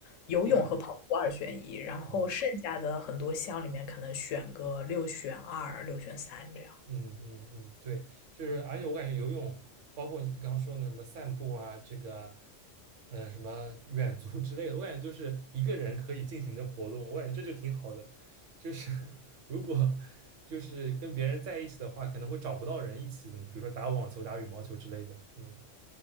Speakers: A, on the left; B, on the right.
A: 游泳和跑步二选一，
B: 必考。
A: 然后剩下的很多项里面可能选个六选二、
B: 哦
A: 六选三这样。
B: 嗯嗯嗯，对，就是而且我感觉游泳，包括你刚刚说的什么散步啊，这个，呃，什么远足 <laughs> 之类的，我感觉就是一个人可以进行的活动，我感觉这就挺好的。就是 <laughs> 如果就是跟别人在一起的话，可能会找不到人一起，怎么比如说打网球、打羽毛球之类的。嗯，